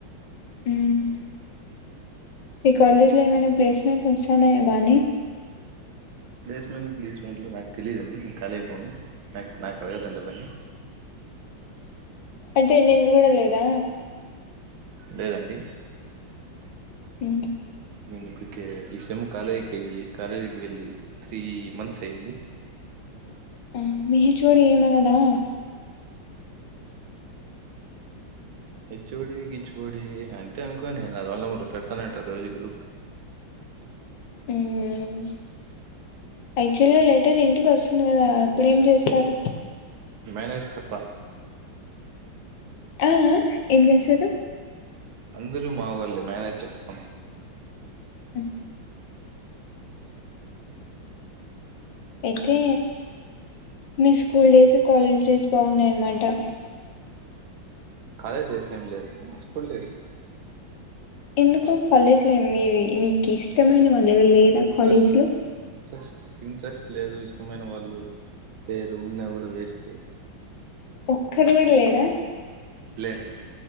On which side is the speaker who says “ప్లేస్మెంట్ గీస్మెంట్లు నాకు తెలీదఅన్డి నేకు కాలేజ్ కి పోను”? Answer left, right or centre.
Right